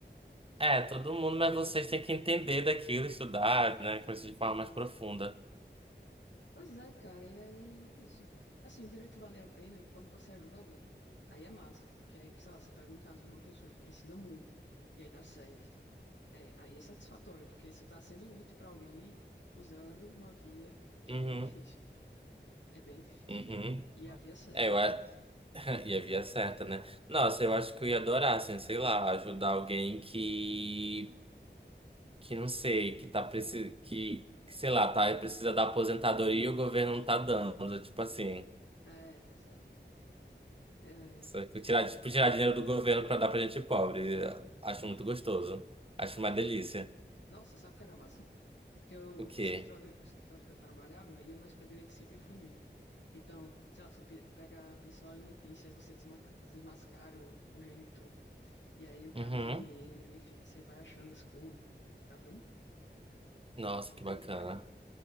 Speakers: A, on the right (about 30°); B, on the left (about 75°).
A: É, todo mundo, mas vocês têm que entender daquilo, estudar, né, coisas de forma mais profunda.
B: Pois é, cara, e aí é isso. Assim, o direito vale a pena é quando você ajuda alguém. Aí é massa, porque aí, sei lá, você pega um caso de uma pessoa que precisa muito, e aí dá certo. É, aí é satisfatório, porque você está sendo útil para alguém usando uma via que
A: Uhum.
B: é bem difícil. É bem difícil.
A: Uhum.
B: E havia cesta.
A: É, eu, a- <laughs> E a via certa, né? Nossa, eu acho que eu ia adorar, assim, sei lá, ajudar alguém que, que não sei, que tá precisando, que, que, sei lá, tá, precisa da aposentadoria e o governo não tá dando, tipo assim,
B: É, isso aí. É,
A: só que tirar, tipo, tirar dinheiro do governo pra dar pra gente pobre. Acho muito gostoso. Acho
B: sabe
A: uma
B: o que?
A: delícia.
B: Nossa, sabe o que era massa? É porque o
A: O quê?
B: escritório, escritório que eu trabalhava ia mais para direito civil e família. Então, sei lá, você pe- pega a pensão alimentícia, aí você desma- desmascara o, o genitor. E aí o cara
A: Uhum.
B: tem dinheiro, enfim, aí você vai achando as coisas, e, tá vendo?
A: Nossa, que
B: Tem
A: bacana.
B: que pagar.